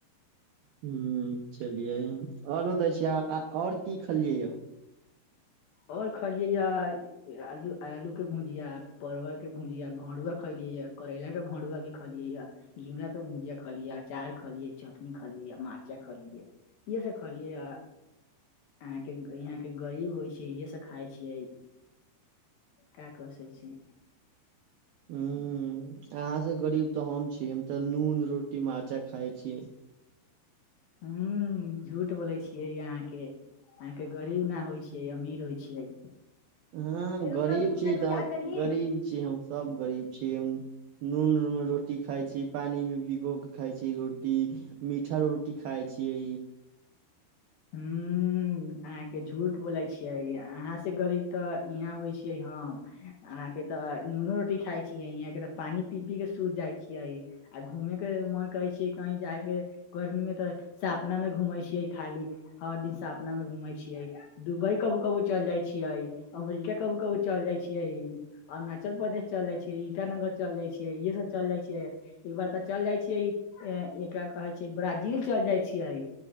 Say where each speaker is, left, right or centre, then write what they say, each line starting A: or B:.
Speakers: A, on the right; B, on the left.
A: ह चलियै आओर बतै छी आओर की खेलियै या
B: आओर खयलियै या इहे आलू आलू के भुजिया परवल के भुजिया भरुआ खलियै य करैला के भरुआ भी खलियै या घिउरा के भुजिया खलियै अचार खलियै चटनी खलियै या मा बच्चा खलियै इह सब खलियै य अहाँके गइया के गरीब होइ छै इहे सब खाय छियै का क सके छियै
A: ह अहाँ से गरीब तऽ हम छी हम तऽ नून रोटी मारचा खाय छीयै
B: हू झूठ बोलै छियै अहाँके अहाँके गरीब ने होइ छियै अमीर होइ छियै
A: हँ
B: ए रुक
A: गरीब
B: जो दू मिनट
A: छी
B: के
A: तऽ
B: लिए आइ तनी
A: गरीब छी हम सब गरीब छी नून उन मे रोटी खाइ छी पानि मे भीगो के खााय छी रोटी मीठा रो टी खाय छियै
B: हू अहाँके झूठ बोलै छियै अहाँ स गरीब तऽ इहाँ होइ छियै हम अहाँ के तऽ नूनो रोटी खााय छीियै यहाँ के तऽ पानी पी पी के सूत जाइ छीयै आ घूमे के मन करै छियै कहीं जायके गर्मी मे तऽ सपना मे घूमे छियै खाली हर दिन सपना मे घूमे छियै दुबई कभो कभो चल जाइ छियै अमेरिका कभो कभो चल जाइ छियै अरुणाचल प्रदेश चल जाइ छियै ईटानगर चल जाइ छियै इहे सभ चल जाइ छियै एकबार तऽ चल जाइ छियै एकरा कहै छै ब्राजील चल जाइ छियै